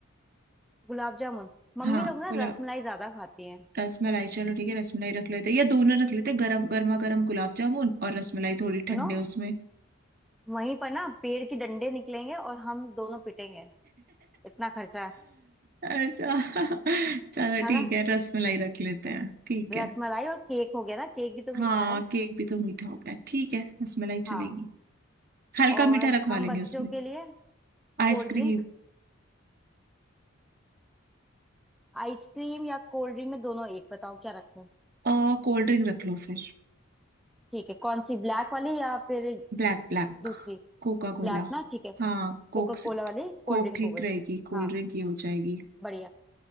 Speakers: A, in the centre; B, on the right.
A: गुलाब जामुन मम्मी
B: हाँ
A: लोग ना
B: गुलाब
A: रसमलाई ज्यादा खाती हैं
B: रसमलाई चलो ठीक है रसमलाई रख लेते हैं या दोनों रख लेते हैं गरम गर्मा गर्म गुलाब जामुन और रसमलाई थोड़ी
A: सुनो
B: ठंडे उसमें
A: वहीं पर ना पेड़ के डंडे निकलेंगे और हम दोनों पिटेंगे इतना खर्चा
B: अच्छा चलो
A: है
B: ठीक
A: ना
B: है रसमलाई रख लेते हैं ठीक
A: रसमलाई
B: है
A: और केक हो गया ना केक भी तो मीठा
B: हाँ
A: है
B: केक भी तो मीठा हो गया ठीक है रसमलाई
A: हाँ
B: चलेगी हल्का
A: और
B: मीठा रखवा
A: हम
B: लेंगे
A: बच्चों
B: उसमें
A: के लिए
B: आइसक्रीम
A: कोल्ड ड्रिंक आइसक्रीम या कोल्ड ड्रिंक में दोनों एक बताओ क्या रखें
B: और कोल्ड ड्रिंक रख लो फिर
A: ठीक है कौन सी ब्लैक वाली या फिर
B: Black black
A: दूसरी
B: coca cola
A: ब्लैक ना ठीक है
B: हाँ कोक
A: कोका
B: से-
A: कोला वाली
B: कोक
A: कोल्ड ड्रिंक
B: ठीक
A: हो गई
B: रहेगी कोल्ड
A: हाँ
B: ड्रिंक ये हो जाएगी
A: बढ़िया